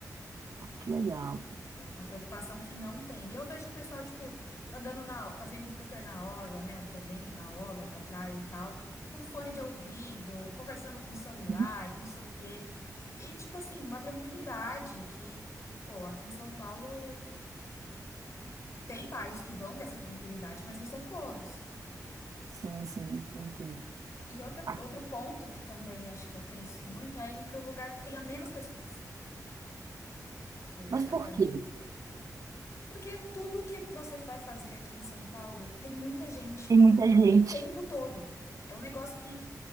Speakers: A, on the right (about 60°); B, on the left (about 50°).
A: Que legal.
B: É uma preocupação que não tem. E eu vejo o pessoal, tipo, andando na, fazendo Cooper na orla, né? Correndo na orla da praia e tal, com fone de ouvido, conversando com o celular
A: Uhum.
B: e não sei o quê. E, tipo assim, uma tranquilidade que, pô, aqui em São Paulo. Tem bairros que vão ter essa tranquilidade, mas não são todos.
A: Sim, sim, eu entendo.
B: E outra,
A: Aqui.
B: outro ponto que também acho que eu penso muito é ir para um lugar que tenha menos pessoas, que
A: Mas
B: é
A: por
B: para mim.
A: quê?
B: Porque tudo que você vai fazer aqui em São Paulo tem muita gente
A: Tem muita gente.
B: o tempo todo. É um negócio que,